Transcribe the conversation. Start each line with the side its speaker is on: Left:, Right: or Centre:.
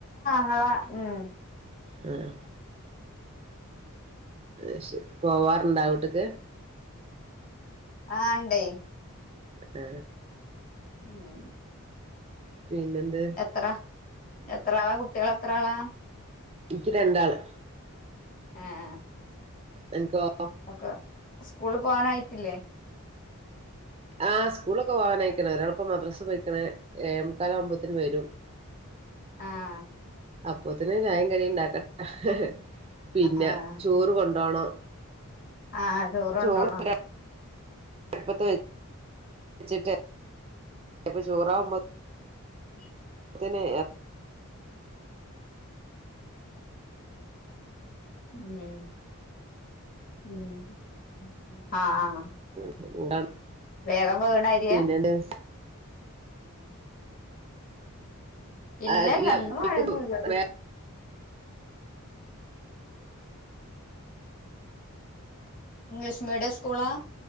Left: അ ഉം.
Right: ഉം. അത്ശരി പോവാറ്ണ്ടാ വീട്ട്ക്ക്?
Left: ആ ണ്ടെയ്.
Right: ഏ
Left: ഉം
Right: പിന്നെന്ത്
Left: എത്ര എത്ര ആളാ കുട്ടികൾ എത്ര ആളാ?
Right: നിക്ക് രണ്ടാള്
Left: ആഹ
Right: അനക്കോ
Left: ഒക്കെ സ്കൂള് പോകാനായിട്ടില്ലേ?
Right: ആ് സ്കൂളൊക്കെ പോവാനായിക്കണ ഒരാളപ്പ മദ്രസ പോയിക്കണ ഏഴെമുക്കാലവുമ്പോന് വരും
Left: ആഹ
Right: അപ്പോത്തിന് ചായ കടി ഉണ്ടാക്കട്ട ഹ ഹ പിന്നെ
Left: ആഹ്
Right: ചോറ് കൊണ്ടോണം
Left: ആഹ് കൊണ്ടോണോ
Right: ചോറ് ഒരാ അടുപ്പത്ത് വെച്ചിട്ട്പ്പ ചോറാവുമ്പോ
Left: <unintelligible>
Right: തന്നെ
Left: ഉ ഉ ആഹ
Right: <unintelligible>
Left: വേഗം വേണ അരിയാ
Right: പിന്നെന്ത്
Left: ഇല്ലല്ല
Right: അല്ല
Left: ഇന്നും മഴന്നൂല്ല.
Right: ഇക്ക് വേ
Left: ഇംഗ്ലീഷ് മീഡിയം സ്കൂളാ?